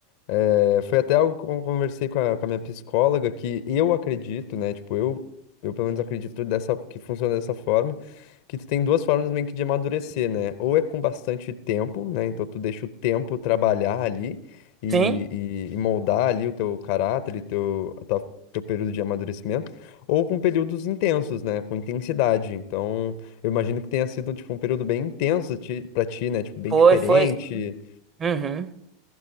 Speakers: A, on the left (about 50°); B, on the right (about 25°).
A: É, foi até algo que eu conversei com a, com a minha psicóloga, que eu acredito, né? Tipo, eu, eu pelo menos acredito dessa, que funciona dessa forma, que tu tem duas formas meio que de amadurecer, né? Ou é com bastante tempo, né? Então tu deixa o tempo trabalhar ali e,
B: Sim,
A: e- e moldar ali o teu caráter e teu, a tua- teu período de amadurecimento, ou com períodos intensos, né? Com intensidade. Então, eu imagino que tenha sido, tipo, um período bem intenso ti- pra ti, né? Tipo, bem
B: foi,
A: diferente.
B: foi. Uhum.